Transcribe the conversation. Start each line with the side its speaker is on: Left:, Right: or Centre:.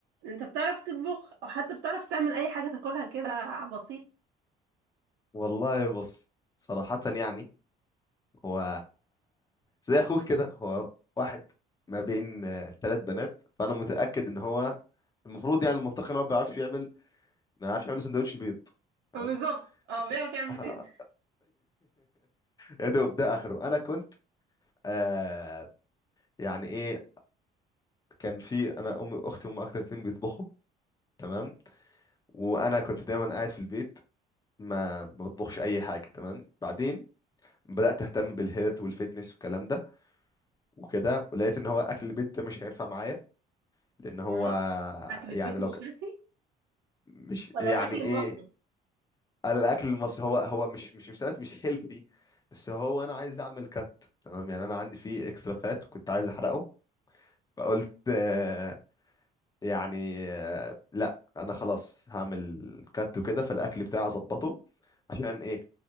Right: انت بتعرف تطبخ او حتى بتعرف تعمل اي حاجه تاكلها كده بسيط
Left: والله بص صراحة يعني هو زي اخوك كده هو واحد ما بين آه، ثلاث بنات فانا متأكد ان هو المفروض يعني المنطقي ان هو ما بيعرفش يعمل ما بيعرفش يعمل سندوتش بيض تمام
Right: بالظبط اه بيعرف يعمل
Left: <laughs>
Right: بيض
Left: يا دوب ده اخره انا كنت آه يعني ايه كان في انا امي واختي هم اكتر اتنين بيطبخوا تمام وانا كنت دايما قاعد في البيت ما ما بطبخش اي حاجة تمام بعدين بدأت اهتم بالهيلث والفيتنس والكلام ده وكده ولقيت ان هو اكل البيت ده مش هينفع معايا لان هو
Right: اه اكل
Left: يعني
Right: البيت مش
Left: لو ك...
Right: شافي
Left: مش
Right: ولا
Left: يعني
Right: الاكل
Left: ايه
Right: المصري
Left: الاكل المصري هو هو مش مش مش سمعت مش هيلثي بس هو انا عايز اعمل كات تمام يعني انا عندي فيه اكسترا فات كنت عايز احرقه فقلت آه، يعني آه، لا انا خلاص هعمل كات وكده فالاكل بتاعي اظبطه عشان ايه